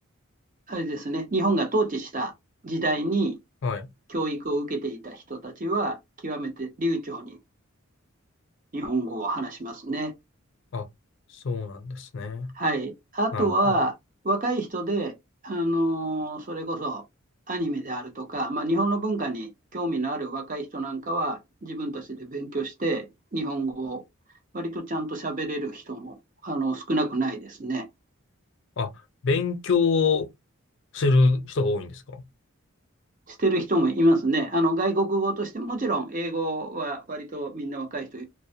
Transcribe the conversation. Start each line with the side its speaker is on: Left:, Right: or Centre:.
Right: あれですね、日本が統治した時代に
Left: はい。
Right: 教育を受けていた人たちは、極めて流暢に日本語を話しますね。
Left: あ、そうなんですね。
Right: はい。あとは、
Left: なるほど。
Right: 若い人で、あのーそれこそアニメであるとか、まあ、日本の文化に興味のある若い人なんかは、自分たちで勉強して、日本語を割とちゃんと喋れる人も、あの、少なくないですね。
Left: あ、勉強する人が多いんですか
Right: してる人もいますね。あの、外国語として、もちろん英語は割とみんな若い人